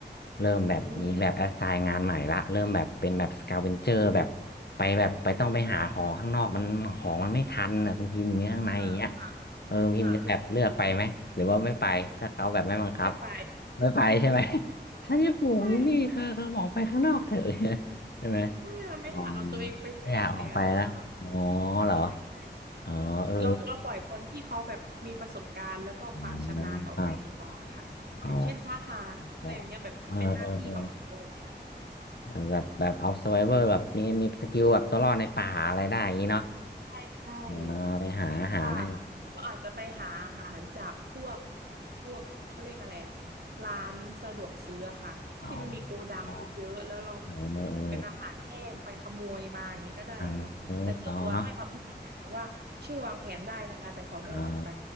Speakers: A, on the left; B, on the right.
A: เริ่มแบบมีแบบแอสไซน์งานใหม่ละเริ่มแบบเป็นแบบสกาเวนเจอร์แบบ
B: อืม
A: ไปแบบไปต้องไปหาของข้างนอกมันของมันไม่ทันอ่ะคุณพิมพ์อย่างเงี้ยข้างในอย่างเงี้ย
B: อ่าค่ะ
A: เออพิมพ์จะแบบเลือกไปไหมหรือว่าไม่ไปถ้าเขาแบบไม่บังคับ
B: ค่ะไม่ไป
A: ไม่ไปใช่ไหม <laughs> ฉันจะปลูกอยู่นี่คือคือบอกไปข้างนอกเถอะ
B: <laughs> ใช่
A: <laughs> ใช่ไหม
B: ไม่อยากไม่อยากเอาตัวเองไปเสี่ยงแล้วอ่ะ
A: อ๋อไม่อยากออกไปนะอ๋อเหรอ
B: ใช่ใช่ใช่เราเราปล่อยคนที่เขาแบบมีประสบการณ์แล้วก็ความชำนาญออกไปดีกว่าค่ะอย่างเช่นทหารอะไรแบบเนี้ยแบบที่เป็นหน้าที่ของเขาแบบเนี้ย
A: อ๋อเอออมอ๋อเออเออเออแบบแบบเอาซ u r v i เวอร์แบบมีมีสกิลแบบตัวรอดในป่าอะไรได้อย่างนี้เนาะ
B: ใช่ใช่
A: อ่าไปหาอาหารให้
B: หรือว่าก็อาจจะไปหาอาหารจากพวกพวกเขาเรียกอะไรอะร้านสะดวกซื้ออะค่ะที่มันมีโกดังเยอะๆแล้วเรา
A: อ๋ออ๋อเออเออ
B: เป็นอาหารแห้งไปขโมยมาอย่างนี้ก็ได้ค่ะแต่ส่วนตัวให้ความคิดเห็นหมายถึงว่าช่วยวางแผนได้นะคะแต่ขอไม่ออกไป
A: เออเออเออเนาะ อ๋อ